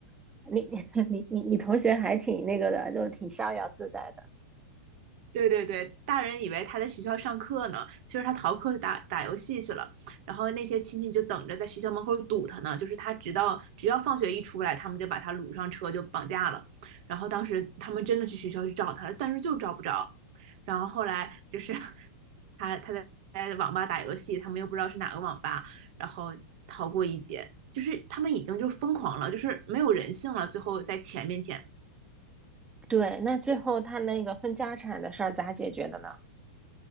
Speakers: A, on the right (about 15°); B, on the right (about 55°).
A: 你 <laughs> 你你你同学还挺那个的，就挺逍遥自在的。
B: 对对对，大人以为他在学校上课呢，其实他逃课去打打游戏去了。然后那些亲戚就等着在学校门口堵他呢，就是他直到只要放学一出来，他们就把他掳上车就绑架了。然后当时他们真的去学校去找他了，但是就找不着。然后后来就是 <laughs> 他他在在网吧打游戏，他们又不知道是哪个网吧，然后逃过一劫。就是他们已经就疯狂了，就是没有人性了。最后在钱面前，
A: 对，那最后他那个分家产的事儿咋解决的呢？